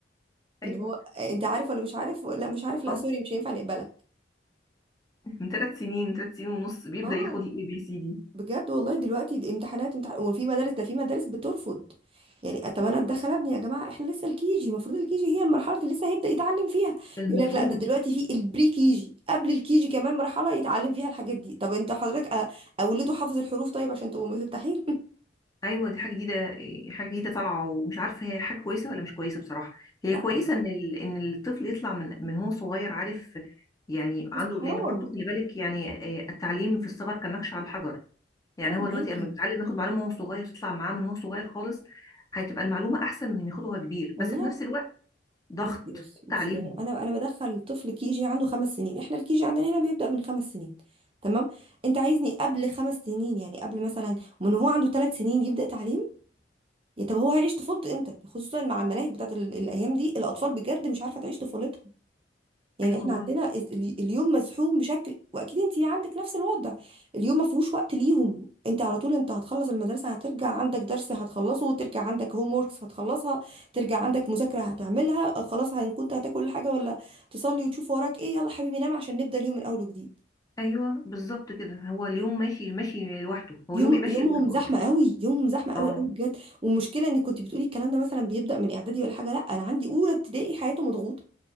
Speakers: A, on the right; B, on the left.
A: اللي
B: ايوه
A: هو آه، انت عارف ولا مش عارف لا مش عارف لا
B: اه
A: سوري مش هينفع نقبلك
B: من ثلاث سنين ثلاث سنين ونص بيبدا
A: اه
B: ياخد الاي بي سي دي
A: بجد والله دلوقتي الامتحانات امتحان وفي مدارس ده في مدارس بترفض يعني طب انا اتدخل ابني يا جماعه احنا لسه الكيجي المفروض الكيجي هي المرحله اللي لسه هيبدا يتعلم فيها
B: المفروض
A: يقول لك لا ده دلوقتي في البري كيجي قبل الكيجي كمان مرحله يتعلم فيها الحاجات دي طب انت حضرتك أ- اوله حافظ الحروف طيب عشان تبقوا مفتحين <laughs>
B: ايوه دي حاجه جديده حاجه جديده طالعه ومش عارفه هي حاجه كويسه ولا مش كويسه بصراحه هي
A: لا
B: كويسه ان ال... ان الطفل يطلع من من هو صغير عارف يعني
A: بس
B: عنده
A: حرام
B: لان برضه خلي بالك يعني آه، التعليم في الصغر كالنقش على الحجر يعني
A: انا
B: هو
A: معاكي
B: دلوقتي اما بيتعلم ياخد معلومه وهو صغير تطلع معاه من هو صغير خالص هتبقى المعلومه احسن من ما ياخدها وهو كبير
A: والله
B: بس في نفس الوقت ضغط
A: بصي بصي بصي
B: تعليم
A: يعني انا انا بدخل طفل كي جي عنده خمس سنين احنا الكي جي عندنا هنا بيبدأ من خمس سنين تمام انت عايزني قبل خمس سنين يعني قبل مثلا من هو عنده ثلاث سنين يبدأ تعليم يا طب هو هيعيش طفولته امتى خصوصا مع المناهج بتاعت ال- الايام دي الاطفال بجد مش عارفه تعيش طفولتها يعني
B: ايوه
A: احنا
B: والله
A: عندنا الس- ال- اليوم مزحوم بشكل واكيد انت عندك نفس الوضع اليوم ما فيهوش وقت ليهم انت على طول انت هتخلص المدرسه هترجع عندك درس هتخلصه وترجع عندك هوم ووركس هتخلصها ترجع عندك مذاكره هتعملها آه، خلاص هن- كنت هتاكل حاجه ولا تصلي وتشوف وراك ايه يلا حبيبي نام عشان نبدا اليوم من اول وجديد
B: ايوه بالظبط كده هو اليوم ماشي ماشي لوحده هو
A: يوم
B: اليوم بيمشي
A: يومهم
B: لوحده
A: زحمه
B: اصلا
A: قوي يومهم زحمه قوي
B: اه
A: قوي بجد والمشكله انك كنت بتقولي الكلام ده مثلا بيبدا من اعدادي ولا حاجه لا انا عندي اولى ابتدائي حياته مضغوطه